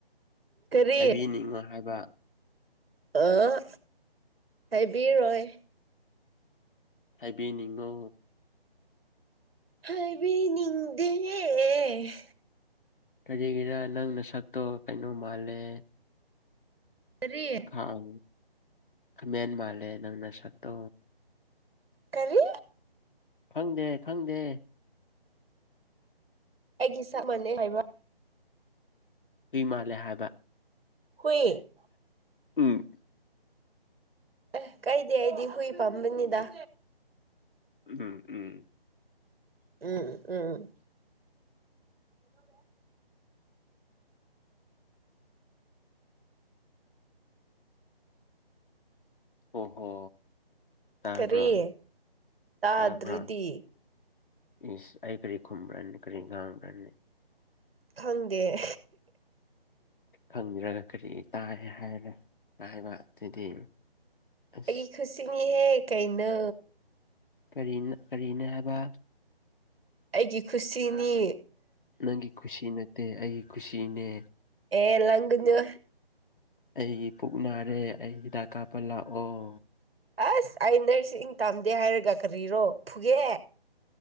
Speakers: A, on the right (about 70°); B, on the left (about 55°).
A: ꯀꯔꯤ
B: ꯍꯥꯏꯕꯤꯅꯤꯡꯉꯣ ꯍꯥꯏꯕ
A: ꯑꯑꯥ ꯍꯥꯏꯕꯤꯔꯣꯏ
B: ꯍꯥꯏꯕꯤꯅꯤꯡꯉꯣ
A: ꯍꯥꯏꯕꯤ <unintelligible> ꯗ‌ꯦ
B: ꯀꯔꯤꯒꯤꯔ ꯅꯪ ꯅꯁꯛꯇꯣ ꯀꯩꯅꯣ ꯃꯥꯜꯂꯦ
A: ꯀꯔꯤ
B: ꯑ ꯍꯃꯦꯟ ꯃꯥꯜꯂꯦ ꯅꯪ ꯅꯁꯛꯇꯣ
A: ꯀꯔꯤ
B: ꯈꯪꯗꯦ ꯈꯪꯗꯦ
A: ꯑꯩꯒꯤ ꯁꯛ ꯃꯥꯅꯩ ꯍꯥꯏꯕ
B: ꯍꯨꯏ ꯃꯥꯜꯂꯦ ꯍꯥꯏꯕ
A: ꯍꯨꯏ
B: ꯎꯝ
A: ꯑꯦ ꯀꯥꯏꯗ‌ꯦ ꯑꯩꯗꯤ ꯍꯨꯏ ꯄꯥꯝꯕꯅꯤꯗ
B: ꯎꯝ ꯎꯝ
A: ꯎꯝ ꯎꯝ <inaudible>
B: ꯑꯣ ꯍꯣ ꯇꯕꯔ‌ꯣ
A: ꯀꯔꯤ ꯇꯥꯗ꯭ꯔꯗꯤ
B: ꯇꯕꯔ‌ꯣ ꯏꯁ ꯑꯩ ꯀꯔꯤ ꯈꯨꯝꯕ꯭ꯔꯅ‌ꯦ ꯀꯔꯤ ꯉꯥꯡꯕ꯭ꯔꯅ‌ꯦ
A: ꯈꯪꯗꯦ
B: ꯈꯪꯗ꯭ꯔꯒ ꯀꯔꯤ ꯇꯥꯏ ꯍꯥꯏꯔꯦ ꯍꯥꯏꯕ ꯑꯗꯨꯗꯤ ꯑꯁ
A: ꯑꯩꯒꯤ ꯈꯨꯠꯁꯤꯅꯤ ꯍꯦ ꯀꯩꯅꯣ
B: ꯀꯔꯤꯅ ꯀꯔꯤꯅ‌ꯦ ꯍꯥꯏꯕ
A: ꯑꯩꯒꯤ ꯈꯨꯁꯤꯅꯤ
B: ꯅꯪꯒꯤ ꯈꯨꯁꯤ ꯅꯠꯇꯦ ꯑꯩꯒꯤ ꯈꯨꯁꯤꯅꯦ
A: ꯑꯦ ꯂꯥꯡ ꯒꯅꯨ
B: ꯑꯩꯒꯤ ꯄꯨꯛ ꯅꯥꯔꯦ ꯑꯩ ꯍꯤꯗꯥꯛ ꯀꯥꯞꯄ ꯂꯥꯛꯑꯣ
A: ꯑꯁ ꯑꯩ ꯅꯔꯁꯤꯡ ꯇꯥꯝꯗꯦ ꯍꯥꯏꯔꯒ ꯀꯔꯤꯔꯣ ꯐꯨꯒꯦ